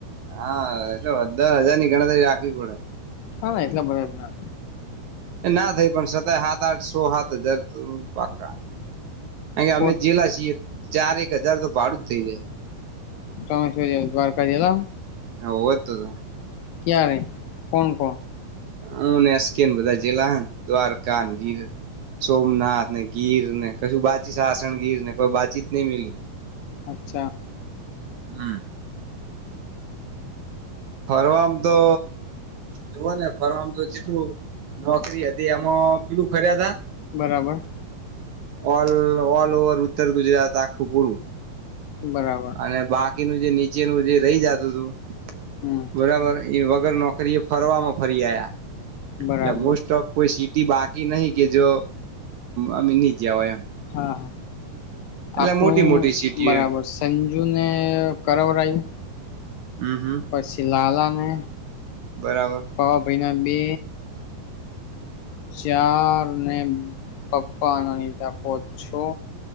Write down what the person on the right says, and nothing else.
હા. દહ હજાર ની ગણાતરી રાખવી પડે
<unintelligible> ના થઈ પણ છતાય સાત આઠ સો સાત હજાર પાકા. અયા
અમે છેલ્લા છીએ ચાર એક હજાર તો ભાડું જ થઈ જાય
હોવ જ તો તો
હુ ને કે બધા જલા દ્વારકા, ગીર, સોમનાથ ગીર ને કશું બાકી સાસણગીર ને કોઈ વાચીત નહી રહ્યું
હમ ફરવામ તો જુઓ ને ફરવા મ તો લો નોકરી હતી એમાં પેલું ખર્યા હતા
ઓલ ઓલ ઓવર ઉત્તર ગુજરાત આખું પૂરું.
અને બાકીનું જે નીચેનું જે રહી જા તું હતું.
બરાબર એ વગર નોકરી એ ફરવામાં ફરી આયા
એટ મોસ્ટ ઓફ કોઈ સિટી બાકી નહિ કે જો અમે ગયા હોય એમ
એટલે
મોટી મોટી સિટી
એમ
હમ હમ
બરાબર